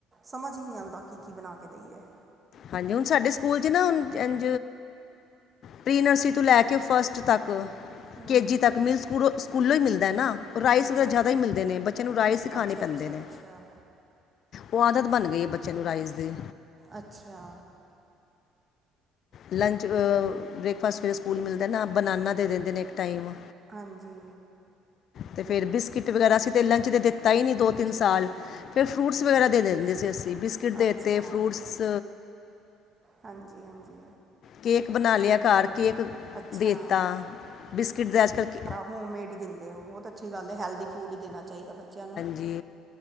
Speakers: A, on the right; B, on the left.
A: ਸਮਝ ਹੀ ਨਹੀਂ ਆਉਂਦਾ ਕੀ -ਕੀ ਬਣਾ ਕੇ ਦੇਈਏ।
B: ਹਾਂਜੀ, ਹੁਣ ਸਾਡੇ ਸਕੂਲ ਚ ਨਾ, ਇੰ ਪ੍ਰੀਨਰਸਰੀ ਤੋਂ ਲੈ ਕੇ ਫਸਟ ਤੱਕ
A: ਹੂੰ
B: ਕੇ ਜੀ ਤੱਕ, ਮਿਲ ਸਕੂਲੋਂ- ਸਕੂਲੋਂ ਹੀ ਮਿਲਦਾ ਨਾ। ਰਾਈਸ
A: ਅੱਛਾ
B: ਵਗੈਰਾ ਜ਼ਿਆਦਾ ਹੀ ਮਿਲਦੇ ਨੇ, ਬੱਚਿਆਂ ਨੂੰ ਰਾਈਸ ਹੀ ਖਾਣੇ
A: ਅੱਛਾ
B: ਪੈਂਦੇ
A: ਅੱਛਾ
B: ਨੇ।
A: ਅੱਛਾ
B: ਉਹ ਆਦਤ ਬਣ ਗਈ ਏ, ਬੱਚਿਆਂ ਨੂੰ ਰਾਈਜ਼ ਦੀ।
A: ਅੱਛਾ।
B: ਲੰਚ ਬ੍ਰੇਕਫਾਸਟ, ਫੇਰ ਸਕੂਲ ਮਿਲਦਾ ਨਾ ਬਨਾਨਾ ਦੇ ਦਿੰਦੇ ਨੇ ਇੱਕ ਟਾਈਮ।
A: ਹਾਂਜੀ।
B: ਤੇ ਫਿਰ ਬਿਸਕਿਟ ਵਗੈਰਾ, ਅਸੀਂ ਤਾਂ ਲੰਚ ਤੇ ਦਿੱਤਾ ਹੀ ਨਹੀਂ ਦੋ
A: ਅੱਛਾ
B: ਤਿੰਨ
A: ਅੱਛਾ
B: ਸਾਲ। ਫਿਰ ਫਰੂਟਸ ਵਗੈਰਾ ਦੇ ਦਿੰਦੇ ਸੀ ਅਸੀਂ, ਬਿਸਕਿਟ ਦੇ
A: ਅੱਛਾ
B: ਦਿੱਤੇ ਫਰੂਟਸ।
A: ਹਾਂਜੀ -ਹਾਂਜੀ!
B: ਕੇਕ ਬਣਾ ਲਿਆ ਘਾਰ ਕੇਕ
A: ਅੱਛਾ
B: ਦੇਤਾ, ਬਿਸਕਿਟ ਦਾ ਅੱਜ ਕੱਲ੍ਹ
A: ਹੋਮੇਡ ਹੀ ਦਿੰਦੇ ਹੋ, ਬਹੁਤ ਅੱਛੀ ਗੱਲ ਹੈਲਦੀ ਫੂਡ ਹੀ ਦੇਣਾ ਚਾਹੀਦਾ ਬੱਚਿਆਂ ਨੂੰ।
B: ਜੀ।